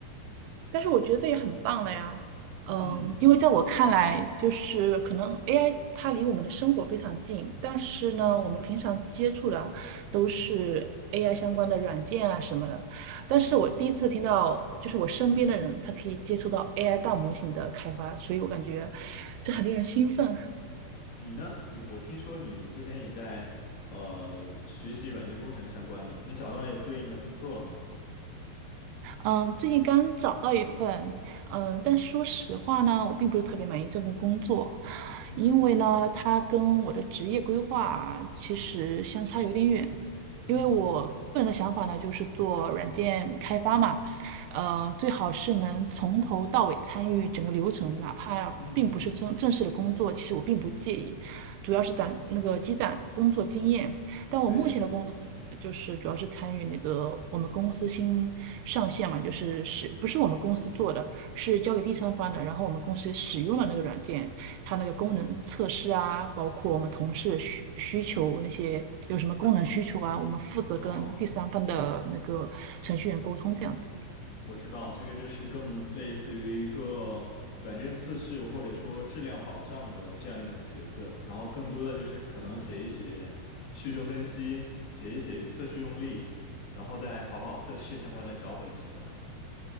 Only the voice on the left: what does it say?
嗯
嗯，
你呢？你我听说你之前也在呃学习软件工程相关的，你找到有对应的工作了吗？
嗯
嗯
嗯，
对的。
哦。我知道这个就是更类似于一个软件测试或者说质量保障的这样一种角色，然后更多的就是可能写一写需求分析，写一写测试用例，然后再跑跑测试相关的脚本什么的。